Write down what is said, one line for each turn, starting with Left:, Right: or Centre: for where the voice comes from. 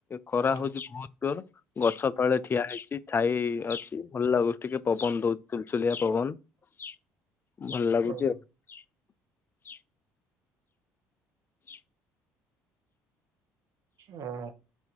Left: ଖରା
Right: ହଁ
Left: ହଉଛି ବହୁତ ଜୋର ଗଛ ତଳେ ଠିଆ ହେଇଛି ଛ <inaudible> ଏଇ ଅଛି ଭଲ ଲାଗୁଛି ଟିକେ ପବନ ଦଉଛି ଚୁଲ ଚୁଲିଆ ପବନ ଭଲ ଲାଗୁଛି
Right: ହଁ
Left: ଆଉ ଆ <inaudible> ଏ
Right: ହଁ